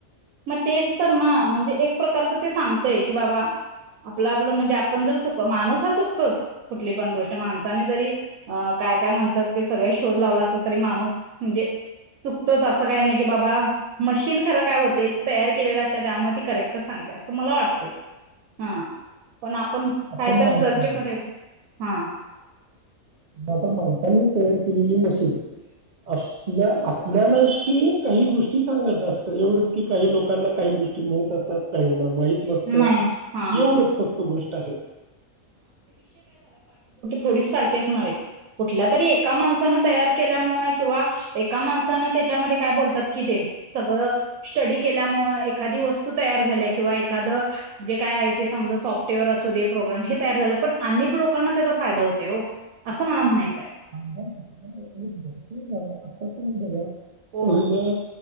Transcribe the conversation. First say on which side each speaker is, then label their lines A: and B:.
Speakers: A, on the right; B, on the right.
A: मग तेच तर ना म्हणजे एक प्रकारच ते सांगतय की बाबा आपला म्हणजे आपण माणूस हा चुकतो कुठली पण गोष्ट माणसाने जरी काय काय म्हण ते सगळे शोध लाव असेल तरी माणूस म्हणजे चुकतोच असं काही नाही की बाबा मशीन खरं काय होते तयार केलेला त्यामुळे त करेक्ट सांगत्या असं मला वाटत हा पण आपण
B: आपण
A: काहीतर
B: माणसाने
A: सर्च करेल हा
B: आता माणसांनी तयार केलेली मशीन आपल्या आपल्यालाच क काही गोष्टी सांगत असत एवढ की काही लोकांना काही गोष्टी माहीत असतात काही ना माही नसत एवढच
A: नाही हा
B: फक्त गोष्ट आहे
A: थोडी सारखी असणार कुठल्या तरी एका माणसा तयार केल्यामुळ किंवा एका माणसानं त्याच्यामध्ये काय बोलतात की ते सगळं स्टडी केल्या केल्यामुळ एखादी वस्तू तयार झाल्या किंवा एखादं जे काय आहे ते समजा सॉफ्टवेअर असूदे प्रोग्रम हे तयार झालं पण अनेक लोकांना त्याचा फायदा होतय हो असं मला म्हणायचंय
B: <inaudible> भरपूर झालं आता तुम्ही बगा
A: होय.
B: पहिले